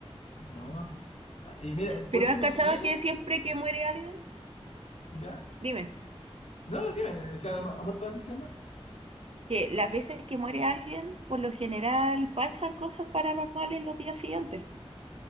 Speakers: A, on the left (about 80°); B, on the right (about 65°).
A: No. Y mira, por
B: Pero
A: último,
B: ¿has cachado
A: si vienen,
B: que siempre que muere alguien?
A: ya.
B: Dime,
A: No, no, dime, ¿Se ha, ha muerto alguien, ¿qué onda?
B: que las veces que muere alguien, por lo general pasan cosas paranormales los días siguientes.